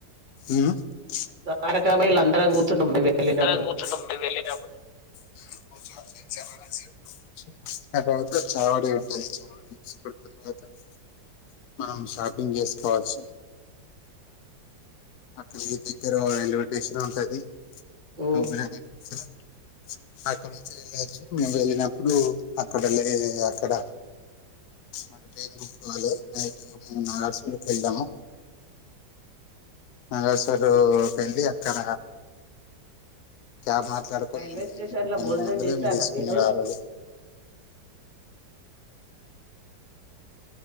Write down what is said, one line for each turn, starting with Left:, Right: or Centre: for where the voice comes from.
Left: <unintelligible>
Right: ద్వారకామాయిలు అందరం కూర్చున్నాం మేము వెళ్ళినప్పుడు
Left: మనం షాపింగ్ చేసుకోవచ్చు అక్కడి దగ్గర రైల్వే స్టేషన్ ఉంటది
Right: హ్మ్.
Left: <unintelligible> అక్కడ నుంచిి వెళ్ళొచ్చు మేము వెళ్ళినప్పుడు అక్కడ లే అక్కడ మాకు టైన్కోవాలి నైట్ మ నాలుసకి వెళ్దాము నాగేశ్వరు పెళ్ళి అక్కడ క్యాబ్ మాట్లాడుకొని
Right: రైల్వే స్టేషన్ లో
Left: పన్నెండు
Right: భోజనం
Left: వందలేరు
Right: చేశారా
Left: తీసుకుని
Right: మీరు
Left: ఆరోజు